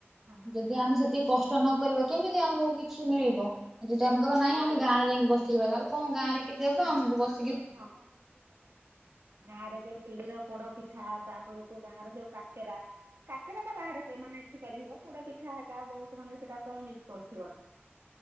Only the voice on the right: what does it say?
ହଁ
ହଁ ଗାଁ ରେ ଯୋଉ ଚୁଲିର ପୋଡ ପିଠା ତାପରକୁ ଗାଁ ର ଯୋଉ କାକେରା କାକେରା ଟା ବାହାରେ ମାନେ ଏଠି କରିହବ ପୋଡ ପିଠା ହେ ବହୁତ ମାନେ ସେଟା ତମେ ମିକ୍ସ କରୁଥିବ